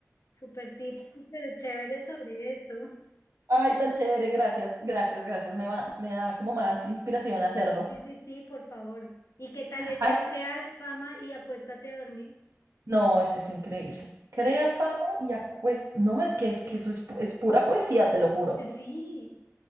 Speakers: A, on the left; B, on the right.
A: súper tips, súper chévere sobre esto.
B: ay, tan chévere, gracias, gracias, gracias, me va, me da como más inspiración a hacerlo.
A: Sí, sí, sí, por favor. ¿Y qué tal este
B: Ay,
A: crea fama y acuéstate a dormir?
B: no, este es increíble. Crea fama y acuesta, no, es que, es que eso es, pu- es pura poesía, te lo juro,
A: Sí,